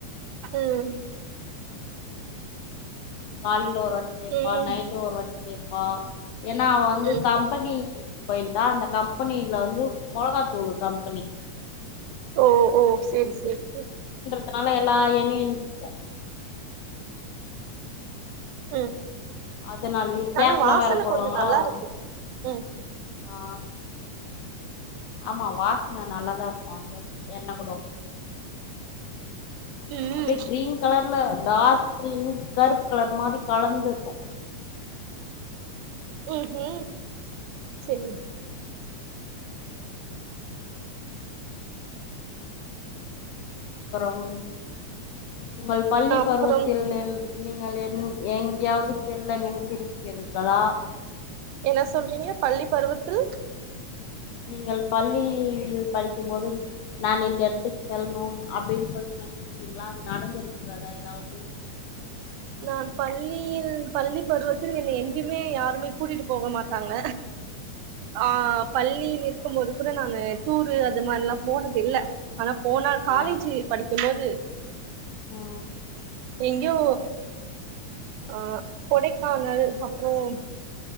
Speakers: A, on the right (about 85°); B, on the left (about 80°).
A: உம்
B: காலில ஒருவாட்டி தேப்பா
A: ம்
B: நைட்டு ஒருவாட்டி தேப்பா ஏன்னா அவ வந்து
A: ம்
B: கம்பனிகி இப்ப இந்தா அந்த கம்பனியில வந்து மொளகாத்தூளு கம்
A: ஓ ஓ செரி செரி செரி
B: அதனால எல்லா எண்ணையு இழுத்துக்கொ
A: ம்
B: அதனாலயே கேப்
A: ஆனா
B: எல்லாம்
A: வாசன
B: வேற போடுவாங்களா
A: கொஞ்சோ நல்லா இருக்கு ம்
B: ஆ ஆமா வாசனை நல்லாதான் இருக்கும் அந்த என்ன கூட
A: ம்
B: அப்படியே கிரீன் கலர்ல டார்க் க்ரீனு கருப் கலர் மாரி கலந்துருக்கு
A: ம் ஹூ செரி
B: அப்பறம் உங்கள் பள்ளி
A: அப்றம்
B: பருவத்தில் இல் நீங்கள் ம் எங்யாவ்து செல்ல நினைத்திருக்கிறிர்களா
A: என்ன சொல்றீங்க பள்ளி பருவத்தில்
B: நீங்கள் பள்ளியில் படிக்கும்போது நான் இந்த இடத்துக்கு செல்லணும் அப்புடின்னு சொல்ட்டு நெனைச்சிக்கீங்களா அது நடந்திருக்கிறதா ஏதாவது
A: நான் பள்ளியில் பள்ளி பருவத்தில் என்னை எங்கியுமே யாருமே கூட்டிட்டு போக மாட்டாங்க ஆ பள்ளியில் இருக் க்கும்போது கூட நானு டூரு அது மாரி ல்லா போனது இல்ல ஆனா போனால் காலேஜ்
B: ஆ
A: படிக்கும்போது
B: ம்
A: எங்கியோ ஆஹ் கொடைக்கானல் அப்புறம்